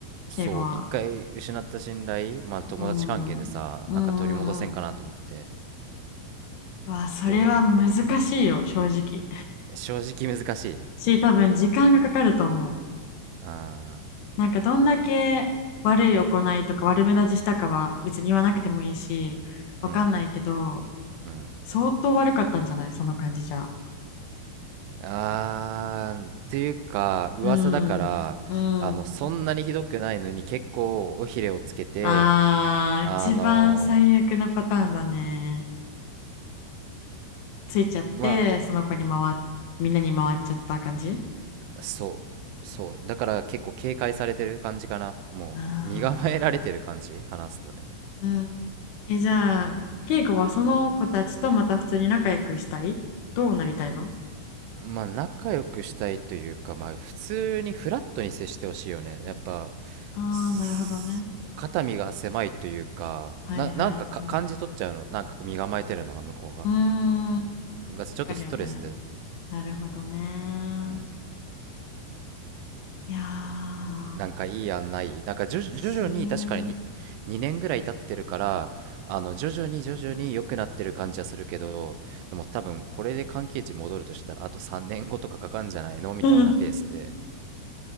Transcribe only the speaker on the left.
敬語は。
うん。うんうんうん。
わあ、それは難しいよ、
正直。
し、多分時間がかかると思う。
なんかどんだけ悪い行いとか悪目立ちしたかは別に言わなくてもいいし、わかんないけど、
相当悪かったんじゃないその感じじゃ。
うん。うん。
あー、
一番最悪なパターンだね。ついちゃって、
その子に回っ、みんなに回っちゃった感じ
あ
ーうん。え、じゃあ、敬語はその子たちとまた普通に仲良くしたいどうなりたいの
ああー、
なるほどね。はいはいはい。
うーん。わ
かるよね。なるほどね。
いやー、
すー
<laughs>